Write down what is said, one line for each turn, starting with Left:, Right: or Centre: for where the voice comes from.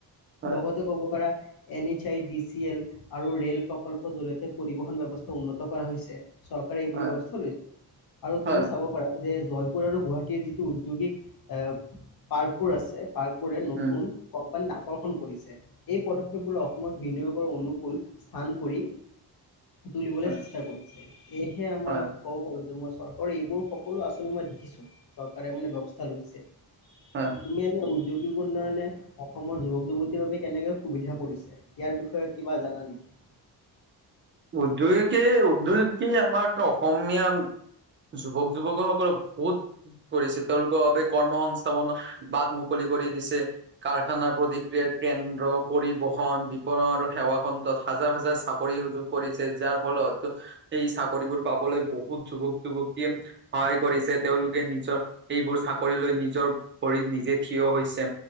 Right: হয়
Left: লগতে
Right: হয়
Left: ক'ব পাৰা N H I D C L আৰু ৰে'ল প্ৰকল্পৰ জৰিয়তে পৰিবহণ ব্যৱস্থা উন্নত কৰা হৈছে। চৰকাৰে এইবোৰ
Right: হয়
Left: ব্যৱস্থা লৈছে আৰু
Right: হয়
Left: তুমি চাব পাৰা যে জয়পুৰ আৰু গুৱাহাটীৰ যিটো উদ্যোগিক এ পাৰ্কবোৰ আছে পাৰ্ক বোৰে নতুন
Right: উম
Left: কোম্পানীত আকৰ্ষণ কৰিছে। এই পদক্ষেপবোৰ অসমক বিনিয়োগৰ অনুকূল স্থান কৰি তুলিবলৈ
Right: হয়
Left: চেষ্টা কৰিছে সেয়েহে আমাক
Right: হয়
Left: ক'ব পাৰো যে মই চৰকাৰৰ এইবোৰ সকলো আঁচনি মই দেখিছো চৰকাৰে মানে ব্যৱস্থা লৈছে।
Right: হয়।
Left: তুমি এনে ঔদ্যোগিক উন্নয়নে অসমৰ যুৱক-যুৱতীৰ বাবে কেনেকৈ সুবিধা কৰিছে? ইয়াৰ বিষয়ে কিবা জানা নেকি?
Right: উদ্যোগিকে উদ্যোগিকে আমাক অসমীয়া যুৱক যুৱকক সকলক বহুত কৰিছে তেওঁলোকৰ বাবে কৰ্ম সংস্থাপনৰ বাট মুকলি কৰি দিছে। কাৰখানা, প্ৰতিক্ৰিয়াৰ কেন্দ্ৰ, পৰিবহন, বিপনন আৰু সেৱা খণ্ডত হাজাৰ হাজাৰ চাক ৰি সুযোগ কৰিছে যাৰ ফলত সেই চাকৰিবোৰ পাবলৈ বহুত যুৱক-যুৱতীয়ে সহায় কৰিছে তেওঁলোকে নিজৰ এইবোৰ চাকৰি লৈ নিজৰ ভৰিত নিজে থিয় হৈছে,